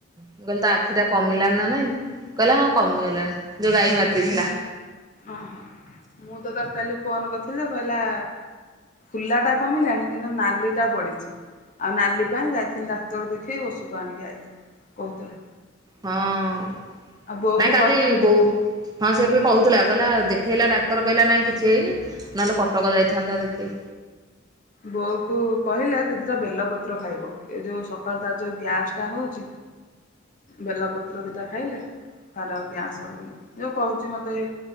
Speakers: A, on the right; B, on the left.
A: ମୁଁ କହିଲ ତ ଆଖି ଟା କମିଲାଣି ନା ନାଇଁ? କହିଲା ହଁ କମିଗଲାଣି। ଯୋଉ ଗାଈ ମାରିଦେଇଥିଲା।
B: ଓ ହୋ। ମୁଁ ତ ତାକୁ କାଲି ଫୋନ କରିଥିଲି ଯେ କହିଲା ଫୁଲା ଟା କମିଲାଣି, କିନ୍ତୁ ନାଲିଟା ବଢିଛି। ଆଉ ନାଲି ପାଇଁ ଯାଇଥିଲି ଡାକ୍ତର ଦେଖେଇ ଔଷଧ ଆଣିକି ଆଇଲି। କହୁଥିଲା।
A: ହଁ।
B: ଆଉ ବୋଉ
A: ନାଁ
B: କୁ
A: କାଲି
B: କହିଥାନ୍ତି
A: ବୋ ହଁ ସେ ବି କହୁଥିଲା, କହିଲା ଦେଖେଇଲା ଡାକ୍ତର କହିଲା ନାଇଁ କିଛି ହେଇନି। ନହେଲେ କଟକ ଯାଇଥାନ୍ତା ଦେଖିଇ।
B: ବୋଉ କୁ କହିଲେ ଦି-ଦିଟା ବେଲପତ୍ର ଖାଇବ। ଏ ଯୋଉ ସକାଳୁ ତାର ଯୋଉ ଗ୍ୟାସ ଟା ହଉଛି ବେଲପତ୍ର ଦିଟା ଖାଇଲେ, ତାର ଆଉ ଗ୍ୟାସ ହବନି। ଯଉ କହୁଛି ମତେ